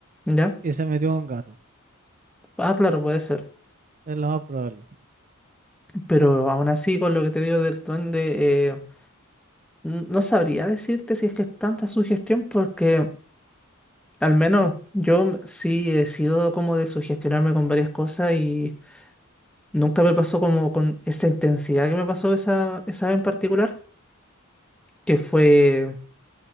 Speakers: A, in the centre; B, on the right.
A: ¿Ya?
B: y se metió un gato.
A: Ah, claro, puede ser.
B: Es lo más probable.
A: Pero aún así, con lo que te digo del duende, eh, n- no sabría decirte si es que es tanta sugestión, porque al menos yo m- sí he sido como de sugestionarme con varias cosas y nunca me pasó como con esa intensidad que me pasó esa, esa vez en particular, que fue